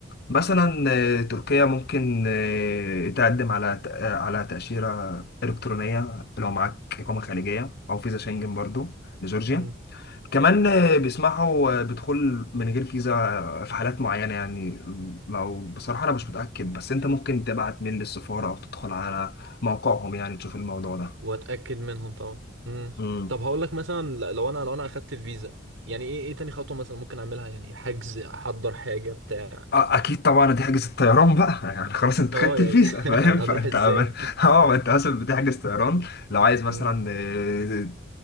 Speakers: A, on the left; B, on the right.
A: مثلا آه، تركيا ممكن آه، تقدم على ت- آه، على تأشيرة إلكترونية لو معاك إقامة خارجية أو فيزا شنجن برضو لجورجيا
B: مم.
A: كمان آه، بيسمحوا آه، بدخول من غير فيزا في حالات معينة يعني لو بصراحة أنا مش متأكد بس أنت ممكن تبعت ميل للسفارة أو تدخل على موقعهم يعني تشوف الموضوع ده
B: واتاكد منهم طبعا امم
A: مم.
B: طب هقول لك مثلا ل- لو انا لو انا اخدت الفيزا يعني ايه ايه تاني خطوه مثلا ممكن اعملها يعني حجز احضر حاجه بتاع
A: أ- أكيد طبعا دي حجز الطيران بقى <laughs> يعني خلاص أنت
B: اه
A: خدت
B: يعني
A: الفيزا فاهم
B: <laughs>
A: فأنت
B: هنروح ازاي
A: عمال- <laughs> أه أنت مثلا بتحجز طيران لو عايز مثلا
B: مم.
A: آه،